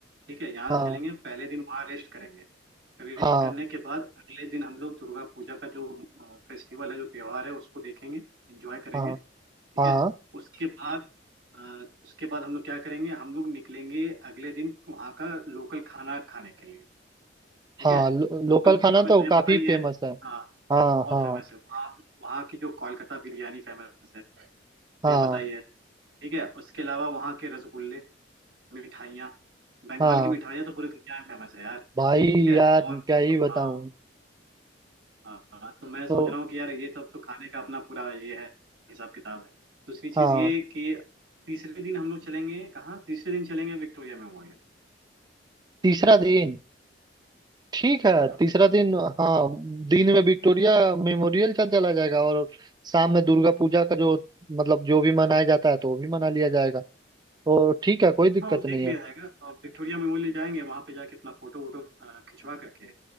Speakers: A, on the right; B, on the right.
A: ठीक है यहाँ
B: हाँ
A: से चलेंगे पहले दिन वहाँ रेस्ट करेंगे रेस्ट
B: हाँ
A: करने के बाद अगले दिन हम लोग दुर्गा पूजा का जो फेस्टिवल है जो त्योहार है उसको देखेंगे एंजॉय करेंगे
B: हाँ
A: ठीक
B: हाँ
A: है उसके बाद अ, उसके बाद हम लोग क्या करेंगे हम लोग निकलेंगे अगले दिन वहाँ का लोकल खाना खाने के लिए ठीक
B: हाँ
A: है
B: लो,
A: लोकल
B: लोकल
A: खाना
B: खाना
A: में
B: तो
A: तुझे
B: काफी
A: पता ही है
B: फेमस है
A: हाँ
B: हाँ
A: बहुत
B: हाँ
A: फेमस है वहाँ वहाँ की जो कोलकाता बिरयानी फेमस है तो
B: हाँ
A: ये पता ही है ठीक है उसके अलावा वहाँ के रसगुल्ले मिठाइयाँ बंगाल
B: हाँ
A: की मिठाइयाँ तो पूरी दुनिया में फेमस है यार
B: भाई
A: ठीक है
B: यार
A: और
B: क्या ही बताऊं
A: हाँ हाँ तो मैं सोच
B: तो
A: रहा हूँ कि यार ये सब तो खाने का अपना पूरा ये है हिसाब किताब है दूसरी चीज
B: हाँ
A: ये कि तीसरे दिन हम लोग चलेंगे कहाँ तीसरे दिन चलेंगे विक्टोरिया मेमोरियल
B: तीसरा दिन ठीक है
A: हाँ
B: तीसरा
A: तीसरा
B: दिन
A: दिन
B: हाँ दिन में विक्टोरिया मेमोरियल चल चला जाएगा और शाम में दुर्गा पूजा का जो मतलब जो भी मनाया जाता है तो वो भी मना लिया जाएगा तो ठीक है कोई दिक्कत
A: हाँ वो देख
B: नहीं
A: लिया
B: है
A: जाएगा और विक्टोरिया मेमोरियल जाएंगे वहां पे जाके अपना फोटो वोटो अ, खिंचवा करके